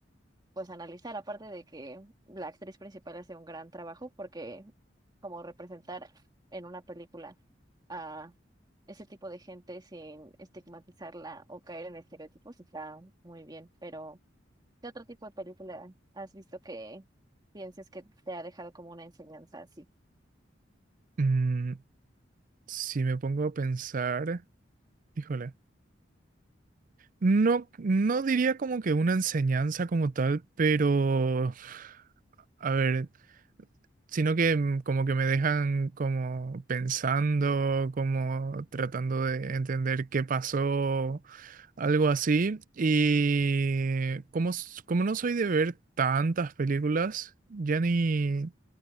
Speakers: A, on the right; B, on the right.
A: pues analizar, aparte de que la actriz principal hace un gran trabajo, porque como representar en una película a ese tipo de gente sin estigmatizarla o caer en estereotipos está muy bien, pero ¿qué otro tipo de película has visto que pienses que te ha dejado como una enseñanza así?
B: Mm, si me pongo a pensar, híjole. No, no diría como que una enseñanza como tal, pero a ver, sino que mm, como que me dejan como pensando, como tratando de entender qué pasó, algo así. Y como, s- como no soy de ver tantas películas, ya ni,